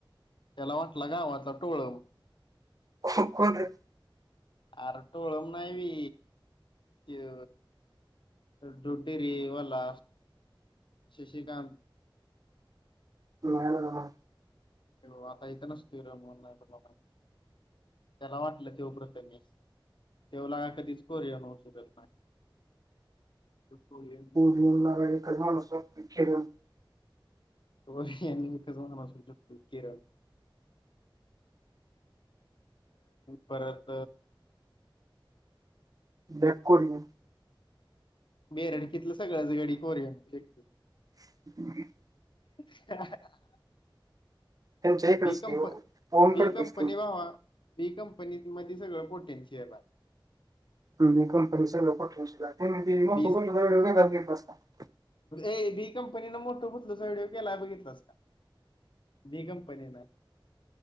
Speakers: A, on the left; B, on the right.
A: त्याला वाटला गावातला टोळ
B: को- कोण रे
A: अर टोळम नाही वी त्यो दुध डेरीवाला शशिकांत
B: ह
A: त्यो आता इथं नसतूय <unintelligible> त्याला वाटलं त्यो प्रथमेश त्यो लका कधीच कोरिन होऊ शकत नाही त्यो कोरीयन
B: <unintelligible>
A: <unintelligible> परत
B: ब्लॅक कोरियन
A: बेरडकीतलं सगळंच गडी कोरियन <unintelligible>
B: <inaudible>
A: ह
B: त्यांच्या इकडेच
A: बी
B: की
A: कंप
B: ओम
A: बी
B: करतेच
A: कंपनी
B: की
A: भावा बी कंपनी मध्ये सगळं पोटेन्शियल आहे
B: <unintelligible>
A: बी ए बी कंपनीने मोठं <unintelligible> व्हिडिओ केलाय बघितलास का बी कंपनी ना